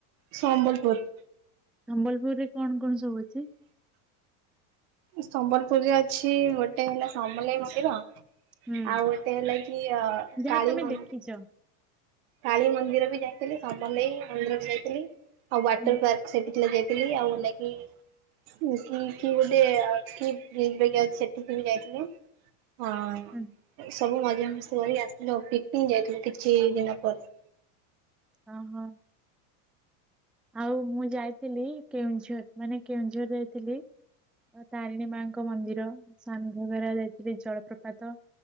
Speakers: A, on the right; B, in the centre.
A: ସମ୍ବଲପୁର୍।
B: ସମ୍ବଲପୁରରେ କଣ-କଣ ସବୁ ଅଛି?
A: ସମ୍ବଲପୁରରେ ଅଛି ଗୋଟେ ହେଲା ସମଲେଇ ମନ୍ଦିର
B: ହୁଁ
A: ଆଉ ଗୋଟେ ହେଲାକି ଅ
B: ଯାହା
A: କାଳୀ
B: ତମେ
A: ମ
B: ଦେଖିଛ
A: କାଳୀ ମନ୍ଦିର ବି ଯାଇଥିଲି ସମଲେଇ ମନ୍ଦିରକୁ ଯାଇଥିଲି ଆଉ ୱାଟର୍
B: ହୁଁ
A: ପାର୍କ ସେଠି ଥିଲା ଯାଇଥିଲି, ଆଉ <unintelligible> କି-କି ଗୋଟେ କି ଅଛି <unintelligible> ସେଠିକି ବି ଯାଇଥିଲୁ। ହଁ।
B: ହୁଁ।
A: ସବୁ ମଜା ମସ୍ତି କରିକି ଆସିଥିଲୁ ଆଉ ପିକନିକ୍ ଯାଇଥିଲୁ କିଛି ଦିନ ପରେ।
B: ଅ ହଁ। ଆଉ ମୁଁ ଯାଇଥିଲି କେଉଁଝର, ମାନେ କେଉଁଝର ଯାଇଥିଲି ତାରିଣୀ ମାଙ୍କ ମନ୍ଦିର ସାନଘଗରା ଯାଇଥିଲି ଜଳପ୍ରପାତ